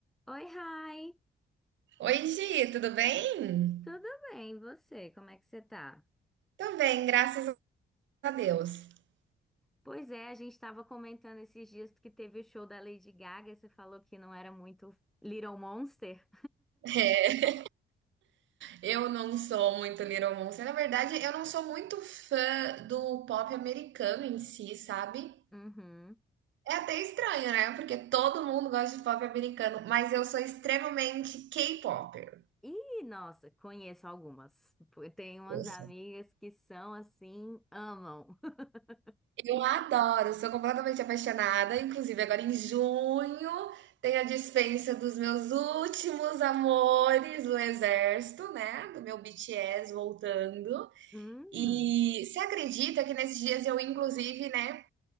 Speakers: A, in the centre; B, on the right.
A: Oi, Rai!
B: Oi, Gi, tudo bem?
A: Tudo bem, e você? Como é que você tá?
B: Tô bem, graças a Deus. <laughs>
A: Pois é, a gente estava comentando esses dias que teve o show da Lady Gaga, e você falou que não era muito Little Monster.
B: É, eu não sou muito Little Monster. Na verdade, eu não sou muito fã do pop americano em si, sabe?
A: Uhum.
B: É até estranho, né? Porque todo mundo gosta de pop americano, mas eu sou extremamente K-popper.
A: E, nossa, conheço algumas. Pô, eu Tenho umas
B: Eu sou.
A: amigas que são assim, amam. <laughs>
B: Eu adoro, sou completamente apaixonada. Inclusive, agora em junho tem a dispensa dos meus últimos amores do exército, né? Do meu BTS voltando.
A: Hum,
B: E você acredita que nesses dias eu, inclusive, né,